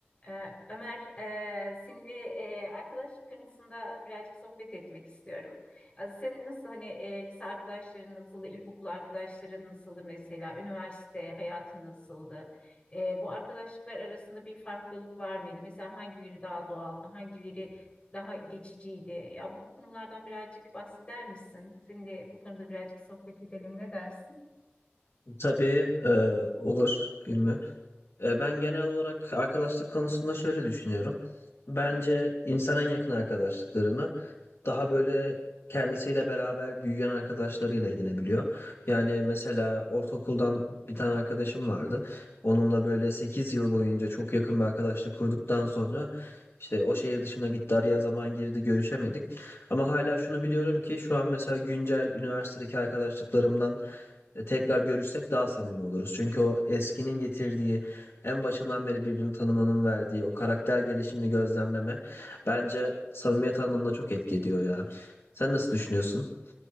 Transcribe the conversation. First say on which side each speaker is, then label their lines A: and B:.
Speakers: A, on the left; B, on the left.
A: Ee, Ömer, e, seninle e, arkadaşlık konusunda birazcık sohbet etmek istiyorum. Az senin nasıl hani e, lise arkadaşların nasıldı, ilkokul arkadaşların nasıldı mesela, üniversite hayatın nasıldı? E, bu arkadaşlıklar arasında bir farklılık var mıydı? Mesela hangileri daha doğaldı, hangileri daha geçiciydi? Ya bu konulardan birazcık bahseder misin? Seninle bu konuda birazcık sohbet edelim, ne dersin?
B: Tabii e, olur Ümmü. E, ben genel olarak arkadaşlık konusunda şöyle düşünüyorum. Bence insan en yakın arkadaşlıklarını daha böyle kendisiyle beraber büyüyen arkadaşlarıyla edinebiliyor. Yani mesela ortaokuldan bir tane arkadaşım vardı. Onunla böyle 8 yıl boyunca çok yakın bir arkadaşlık kurduktan sonra işte o şehir dışına gitti, araya zaman girdi, görüşemedik. Ama hala şunu biliyorum ki şu an mesela güncel üniversitedeki arkadaşlıklarımdan e, tekrar görüşsek daha samimi oluruz. Çünkü o eskinin getirdiği, en başından beri birbirini tanımanın verdiği o karakter gelişimini gözlemleme bence samimiyet anlamında çok etki ediyor ya. Sen nasıl düşünüyorsun?